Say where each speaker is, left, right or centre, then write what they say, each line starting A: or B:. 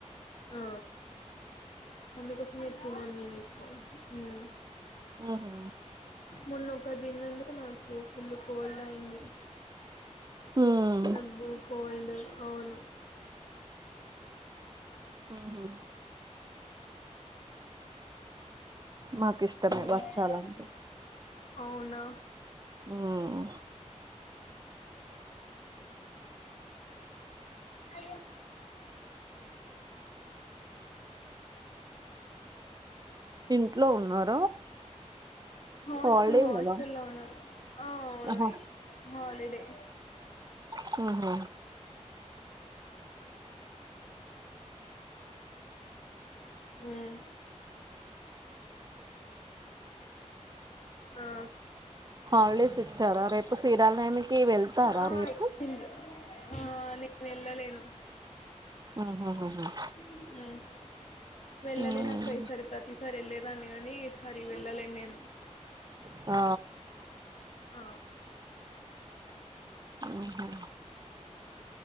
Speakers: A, on the left (about 65°); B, on the right (about 35°).
A: ఆ అందుకోసమే తినను నేను ఎక్కువ హుమ్
B: ఉహు
A: మొన్న ఒకట్ తిన్నందుకు నాకు ఫుల్ కోల్డ్ అయ్యింది
B: ఉమ్
A: దగ్గు కోల్డ్ అవును
B: హుమ్ హు మాకు ఇష్టమే
A: హుమ్
B: బచ్చాలంటే
A: అవునా
B: ఉమ్
A: అ
B: ఇంట్లో ఉన్నారు
A: హాస్టల్
B: హాలిడే
A: హాస్టల్
B: కదా
A: ఉన్నా ఆ అవును
B: ఆహా
A: ఆ హాలిడే
B: హు హు
A: హుమ్ ఆ
B: హాలిడేస్ ఇచ్చార రేపు ఫెరాల్ కి వెళ్తారా
A: ఆ
B: రేపు
A: ఇచ్చింది ఆ నేను వెళ్ళలేను
B: ఆహ్ హు హు హమ్
A: హ్మ్ వెళ్ళలి
B: ఉమ్
A: నాక్కై సర ప్రతి సారి వెళ్ళేదాన్ని కాని సరి వెళ్ళలేను నేను
B: అ
A: ఆ
B: ఉహు